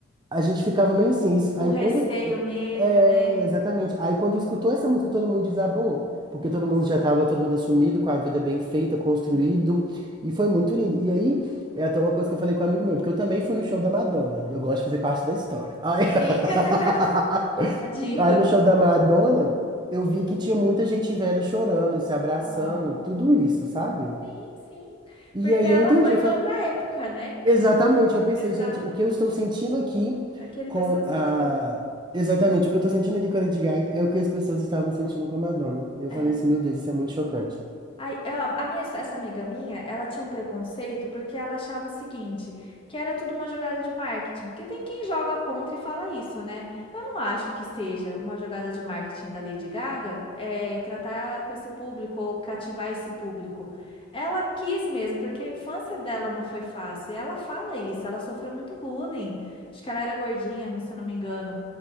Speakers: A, on the right; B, on the left.
A: a gente ficava meio assim. isso-
B: O
A: Aí,
B: receio,
A: quando.
B: o medo,
A: É,
B: né?
A: exatamente. Aí, quando
B: Uhum.
A: escutou essa música, todo mundo desabou, porque
B: Nossa,
A: todo mundo já tava, todo mundo assumido, com a vida bem feita, construído,
B: sim.
A: e foi muito lindo. E aí, é até uma coisa que eu falei com um amigo meu, porque eu também fui no show da Madonna. Eu gosto de fazer parte da história. Ai.
B: Sim.
A: <laughs>
B: <laughs> A diva.
A: Aí no show da Madonna, eu vi que tinha muita gente velha chorando, se abraçando,
B: Oh.
A: tudo isso, sabe?
B: Sim, sim.
A: E
B: Porque
A: aí
B: ela
A: eu entendi,
B: foi
A: eu
B: de
A: falei,
B: outra época, né?
A: exatamente, eu pensei,
B: Exato.
A: gente, o que eu estou sentindo aqui
B: Aquele
A: com
B: pessoal sentiu.
A: a. Exatamente, o que eu estou sentindo aqui com a Lady Gaga é o que as pessoas estavam sentindo com a Madonna. Eu
B: É.
A: falei assim, meu Deus, isso é muito chocante.
B: Aí, ah, a minha, essa amiga minha, ela tinha um preconceito porque ela achava o seguinte, que era tudo uma jogada de marketing. Porque tem quem joga contra e fala isso, né? Eu não acho que seja uma jogada de marketing da Lady Gaga, é, tratar com esse público ou cativar esse público. Ela quis mesmo, porque a infância dela não foi fácil. E ela fala isso, ela sofreu muito bullying. Acho que ela era gordinha, não- se eu não me engano.